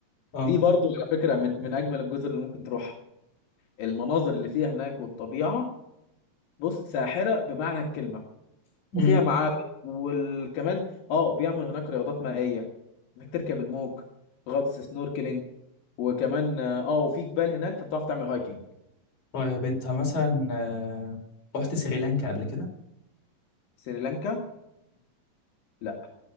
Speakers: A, on the left; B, on the left.
A: اه
B: دي برضو على فكرة من من أجمل الجزر اللي ممكن تروح المناظر اللي فيها هناك والطبيعة بص ساحرة بمعنى الكلمة
A: امم
B: وفيها معابد وكمان اه بيعمل هناك رياضات مائية انك تركب الموج غطس سنوركلينج وكمان اه آه، وفي جبال هناك فبتعرف تعمل هايكنج
A: طيب انت مثلا آه رحت سريلانكا قبل كده
B: سريلانكا لا